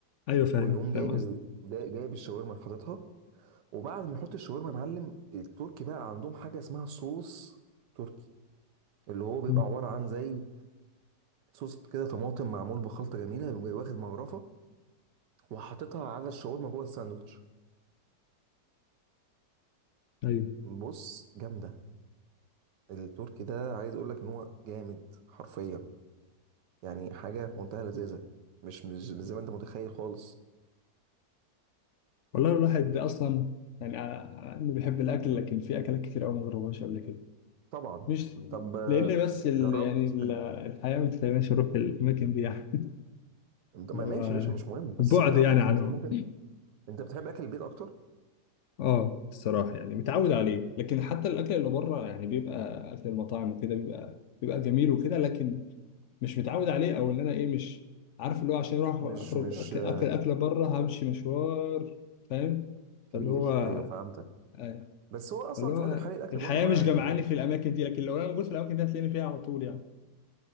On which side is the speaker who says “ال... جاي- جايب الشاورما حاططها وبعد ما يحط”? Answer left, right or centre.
Right